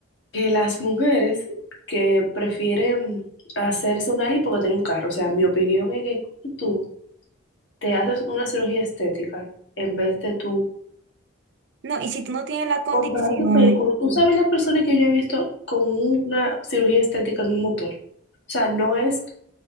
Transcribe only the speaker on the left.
que las mujeres que prefieren hacerse una lipo que tener un carro. O sea, mi opinión es que tú te haces una cirugía estética en vez de tú
comprar un vehículo. Tú sabes las personas que yo he visto con una cirugía estética en un motor. O sea, no es